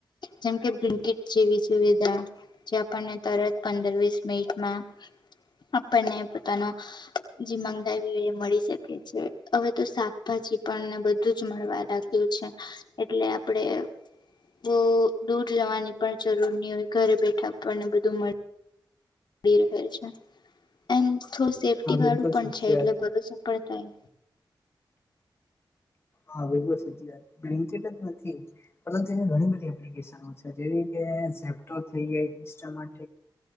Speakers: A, on the left; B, on the left.
A: જેમ કે બિન્ટકીટ જેવી સુવિધા. જે આપણને તરત પંદર-વીસ મિનિટમાં આપણને પોતાનો જે મગાવી હોય એ મળી શકે છે, હવે તો શાકભાજી. આપણને બધું જ મળવા લાગ્યું છે, એટલે આપણેે બહુ દૂર જવાની પણ જરૂર નહીં હોય, ઘરે બેઠા આપણને બધું મળે. રહે છે, એમ થોડું સેફ્ટી
B: હા બિલકુલ
A: વાળું પણ
B: સાચી
A: છે એટલે
B: વાત
A: ભરોસો સફળ થાય.
B: હા, બહુ સાચી વાત છે. બ્લિંકિટ જ નથી. પરંતુ અહીંયા ઘણી બધી એપ્લિકેશનો છે, જેવી કે ઝેપીટો થઈ ગયા.